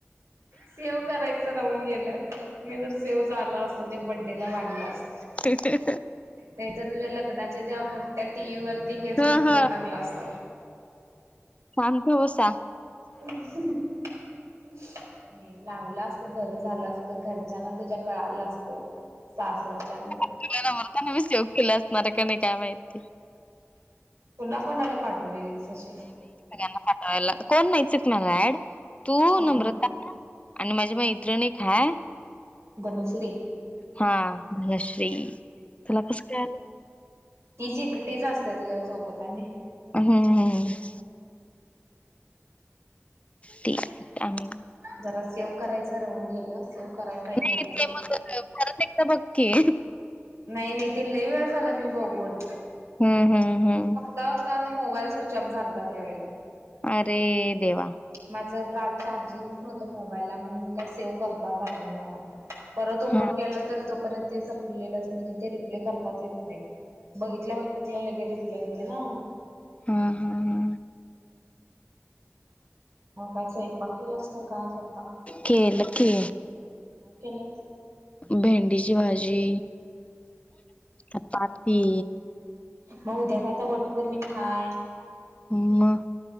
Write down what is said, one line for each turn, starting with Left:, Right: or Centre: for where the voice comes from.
Right: सेव करायच राहून गेलं मी तर सेव झाला अस ते बड्डेला लागलाच
Left: ते ते
Right: नाहीतर लग्नाच्या त्या मोठ्या टी व्ही वरती हेच
Left: ह
Right: वि्हंडिओ
Left: ह
Right: टाकला असत
Left: शांत बसा
Right: नाही लावला असत बरं झालं अस घरच्यांना तुझ्या कळाला असत सासरच्यान
Left: तुझ्या नवऱ्याने त्यांचे माझे चल काय माहिती
Right: पुन्हा कोणाला पाठवलेल तशी
Left: गना पाठवायला कोण माहिती मला ऍड तू
Right: हा
Left: नम्रता आणि माझी मैत्रीण एक आहे
Right: धनश्री
Left: हा धनश्री तुला कसं कळालं
Right: तिची एकटीच असते त्या तुझ्या सोबत नाही
Left: हम्म ह ती आणी
Right: जरा सेव करायचं राहून गेलं सेव करायला
Left: नाही
Right: पाहिजे होतं
Left: ते मग परत एकदा बघ की
Right: नाही नाही तिथला वेळ झाला मी बघून
Left: हम हम हम
Right: तात मोबाईल स्विचऑफ झाला त्यावेळी
Left: अरे देवा
Right: माझं फार चार्जिंगच नव्हतं, मोबाईलला म्हणून मी काय सेव्ह करताच आलं नाही मला ते परत ओपन
Left: हा
Right: केलं तर तोपर्यंत ते संपलेलंच म्हणजे ते रिप्ले करताच येत नाही बघितल्या बघितल्या लगे रिप्ले होते ना
Left: हा हा ह
Right: मग काय स्वयपाक केलंस काय आता
Left: केल की
Right: काय केल्यास
Left: भेंडीची भाजी, चपाती
Right: म उद्या का आता वटपौर्णिमा हायं
Left: म